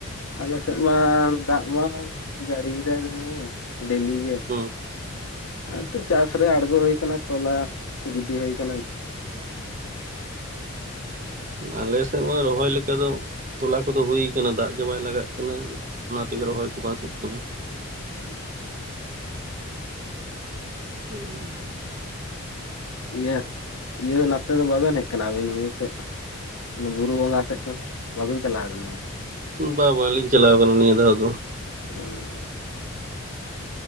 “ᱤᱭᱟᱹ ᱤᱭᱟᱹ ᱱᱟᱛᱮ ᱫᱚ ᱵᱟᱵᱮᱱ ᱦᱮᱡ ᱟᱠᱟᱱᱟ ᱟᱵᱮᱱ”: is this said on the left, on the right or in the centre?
Left